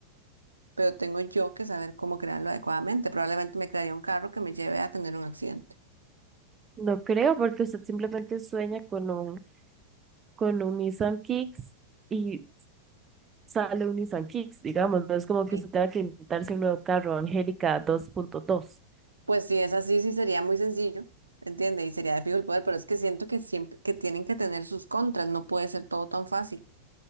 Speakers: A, on the right; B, on the right.
A: pero tengo yo que saber cómo crearlo adecuadamente. Probablemente me crearía un carro que me lleve a tener un accidente.
B: No creo, porque usted simplemente sueña con un, con un Nissan Kicks y sale un Nissan Kicks, digamos. No es como que
A: Sí.
B: usted tenga que inventarse un nuevo carro, Angélica dos punto dos.
A: Pues si es así, sí sería muy sencillo, ¿entiende? Y sería de fijo el poder, pero es que siento que siempre que tienen que tener sus contras, no puede ser todo tan fácil.